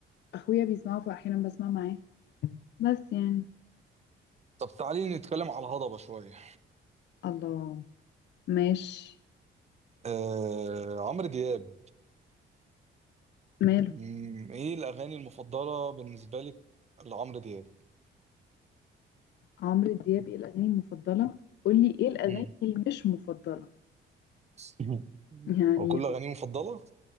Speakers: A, on the left (about 60°); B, on the right (about 35°).
A: أخويا بيسمعه فأحيانا بسمع معاه بس يعني
B: طب تعالي نتكلم على الهضبه شويه
A: الله ماشي
B: آه عمرو دياب
A: ماله
B: مم. ايه الاغاني المفضله بالنسبه لك لعمرو دياب
A: عمرو دياب إيه الأغاني المفضلة قولي إيه الأغاني
B: مم.
A: اللي مش مفضلة
B: <laughs>
A: يعني
B: هو كل اغانيه مفضله